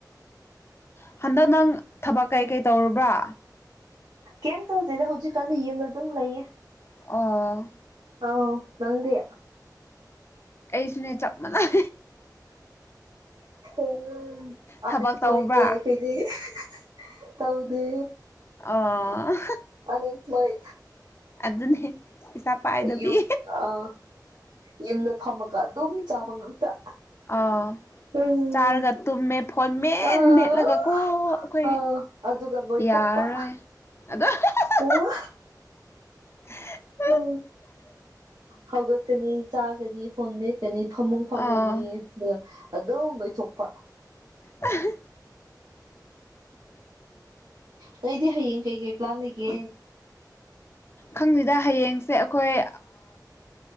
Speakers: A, on the left; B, on the right.
A: ꯍꯟꯗꯛ ꯅꯪ ꯊꯕꯛ ꯀꯩꯀꯩ ꯇꯧꯔꯕ꯭ꯔꯥ
B: ꯀꯩꯝ ꯇꯧꯗꯦꯗ ꯍꯧꯖꯤꯛꯀꯥꯟꯗ ꯌꯨꯝꯗ ꯑꯗꯨꯝ ꯂꯩꯌꯦ
A: ꯑꯣ
B: ꯑꯥꯎ ꯅꯪꯗꯤ
A: ꯑꯩꯁꯤꯅꯦ ꯆꯞ ꯃꯥꯟꯅꯩ
B: ꯎ
A: ꯊꯕꯛ
B: ꯑꯟꯑꯝꯄ꯭ꯂꯣꯏꯅꯦ
A: ꯇꯧꯕ꯭ꯔꯥ
B: <unintelligible> ꯇꯧꯗꯦ
A: ꯑꯥ <unintelligible>
B: ꯑꯟꯏꯝꯄꯣꯏ
A: ꯑꯗꯨꯅꯦ ꯄꯩꯁꯥ ꯄꯥꯏꯗꯕꯤ
B: ꯌꯨꯝ ꯑ ꯌꯨꯝꯗ ꯐꯝꯃꯒ ꯑꯗꯨꯝ ꯆꯥꯕ ꯉꯥꯛꯇ
A: ꯑꯥ
B: ꯎꯝ
A: ꯆꯥꯔꯒ ꯇꯨꯝꯃꯦ ꯐꯣꯟ ꯃꯦꯠ
B: ꯑꯥ
A: ꯃꯦꯠꯂꯒ ꯀꯣ ꯑꯩꯈꯣꯏ
B: ꯑꯥ ꯑꯗꯨꯒ ꯅꯣꯏꯊꯣꯛꯄ
A: ꯌꯥꯔꯔꯣꯏ ꯑꯗꯣ <unintelligible>
B: ꯎ
A: <unintelligible>
B: ꯎ ꯍꯧꯒꯠ ꯀꯅꯤ ꯆꯥꯒꯅꯤ ꯐꯣꯟ ꯃꯦꯠ ꯀꯩꯅꯤ ꯐꯃꯨꯡ ꯐꯝꯃꯅꯤ
A: ꯑꯥ
B: ꯑꯗꯨꯒ ꯑꯗꯨꯝ ꯂꯣꯏꯊꯣꯛꯄ
A: ꯑ <unintelligible>
B: ꯅꯪꯗꯤ ꯍꯌꯦꯡ ꯀꯩꯀꯩ ꯄ꯭ꯂꯥꯟ ꯂꯩꯒꯦ
A: ꯈꯪꯗꯦꯗ ꯍꯌꯦꯡꯁꯦ ꯑꯩꯈꯣꯏ